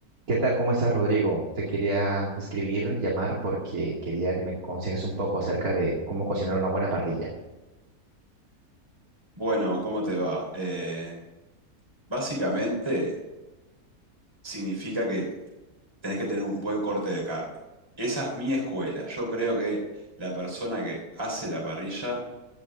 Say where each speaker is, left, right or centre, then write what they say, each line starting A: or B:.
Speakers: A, on the right (about 75°); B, on the right (about 15°).
A: ¿Qué tal? ¿Cómo estás, Rodrigo? Te quería escribir, llamar, porque quería que me aconsejes un poco acerca de cómo cocinar una buena parrilla.
B: Bueno, ¿cómo te va? Eh, básicamente significa que tenés que tener un buen corte de carne. Esa es mi escuela. Yo creo que la persona que hace la parrilla